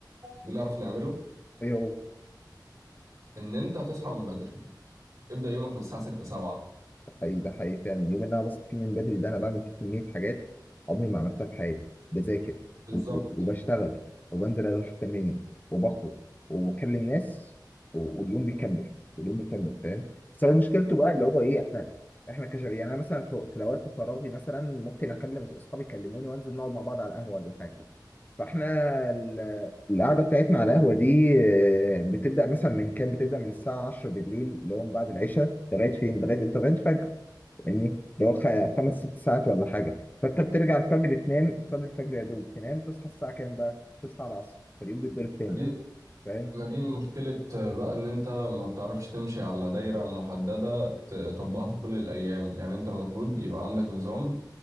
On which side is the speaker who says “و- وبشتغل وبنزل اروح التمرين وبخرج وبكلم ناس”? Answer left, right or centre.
Left